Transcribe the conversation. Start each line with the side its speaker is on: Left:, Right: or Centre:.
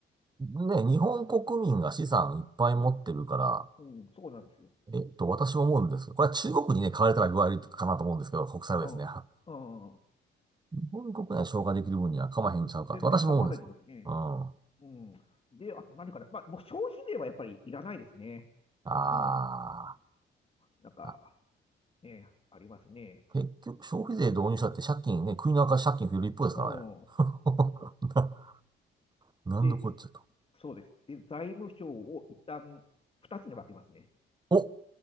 Right: ね、
Left: うん、
Right: 日本国民が資産いっぱい持ってるから、
Left: うん、うん、そうなんですよ。
Right: えっと、私も思うんですけど、これは中国にね、買われたら具合悪いかなと思うんですけど、国債はですね。
Left: うん、うん。
Right: 日本国内消化できる分には構へんちゃうかと私も思うんですけど。
Left: 全然構わないと思うんですね。
Right: うん。
Left: うん。で、あと何かな。まあ、もう消費税はやっぱりいらないですね。
Right: あ
Left: うん、うん。なんか、
Right: ーあ。
Left: ね、ありますね。
Right: 結局消費税導入したって借金ね、国の赤字借金増える一方ですからね。
Left: うん。
Right: <laughs> な、なんのこっちゃと。
Left: で、そうです。で、財務省を一旦二つに分けますね。
Right: お、